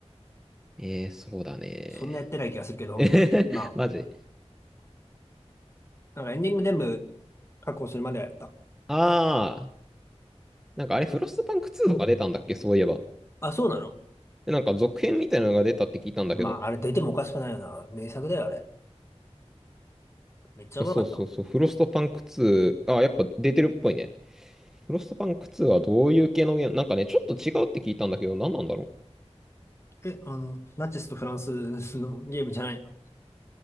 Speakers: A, in the centre; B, on the left (about 25°).
A: えー、そうだね。
B: そんなやってない気がするけど。
A: <laughs> えへへマジ。
B: まあ、なんかエンディング全部確保するまではやった。
A: ああ、なんかあれ、フロストパンク2とか出たんだっけそういえば。
B: あ、そうなの
A: で、なんか続編みたいなのが出たって聞いたんだけど。
B: まあ、あれ出てもおかしくないよな。名作だよ、あれ。めっちゃおもろかったもん。
A: そうそうそう、フロストパンク2、ああ、やっぱ出てるっぽいね。フロストパンク2はどういう系のゲームなんかね、ちょっと違うって聞いたんだけど、何なんだろう。
B: え、あの、ナチスとフランスのゲームじゃないの